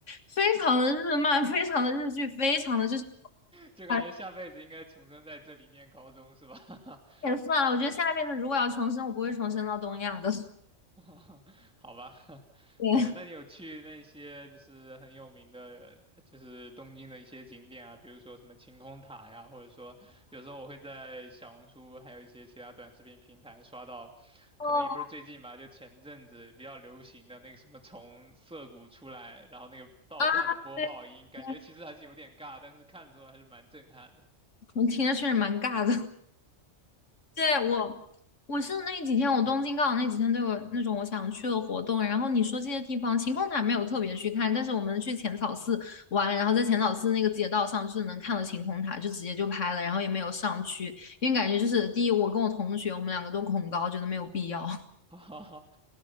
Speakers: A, on the left; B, in the centre.
A: 非常的日漫，非常的日剧，非常的就是。
B: 就感觉下辈子应该重生在这里念高中是吧？
A: 哎
B: <laughs>
A: 也算了，我觉得下辈子如果要重生，我不会重生到东亚的。<laughs>
B: <laughs> 好吧，<laughs>
A: 对，
B: 对，那你有去那些就是很有名的，呃就是东京的一些景点啊，比如说什么晴空塔呀，或者说有时候我会在小红书还有一些其他短视频平台刷到，
A: 哦
B: 可能也不是最近吧，就前阵子比较流行的那个什么从涩谷出来，然后那个到站的播报音，
A: 啊，对
B: 感觉其实还是有点尬，
A: 对，
B: 但是看的时候还是蛮震撼的。
A: 我听着确实蛮尬的。<laughs> 对，我，我是那几天，我东京刚好那几天都有那种我想去的活动。然后你说这些地方，晴空塔没有特别去看，但是我们去浅草寺玩，然后在浅草寺那个街道上就是能看到晴空塔，就直接就拍了，然后也没有上去，因为感觉就是第一，我跟我同学我们两个都恐高，觉得没有必要。<laughs>
B: <laughs> 哈哈哈，